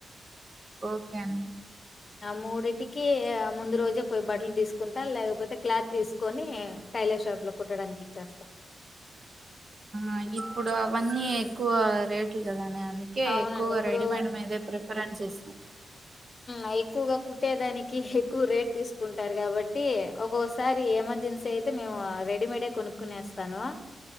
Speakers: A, on the right; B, on the left.
A: ఓకే అండి
B: ఆ మూడింటికి ముందు రోజే పోయి బట్టలు తీసుకుంటా. లేకపోతే క్లాత్ తీసుకొని టైలర్ షాప్ లో కుట్టడానికి ఇచ్చేస్తాం.
A: ఆ ఇప్పుడు అవన్నీ ఎక్కువ రేట్లు గదానే అందుకే
B: అవునండి
A: ఎక్కువగా
B: ఇప్పుడు
A: రెడీమేడ్ మీదే ప్రిఫరెన్స్ ఇస్తాం.
B: ఆ ఎక్కువగా కుట్టేదానికి ఎక్కువ రేట్ తీసుకుంటారు కాబట్టి ఒక్కొసారి ఎమర్జెన్సీ అయితే మేము రెడీమేడే కొనుక్కునేస్తాను